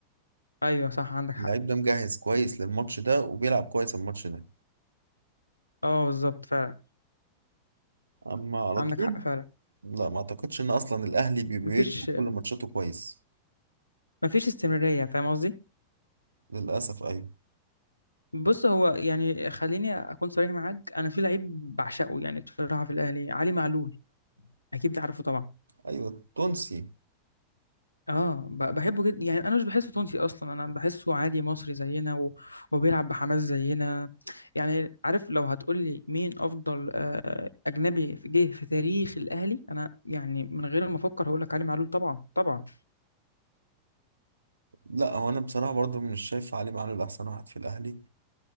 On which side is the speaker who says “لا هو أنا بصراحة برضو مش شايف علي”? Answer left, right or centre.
Right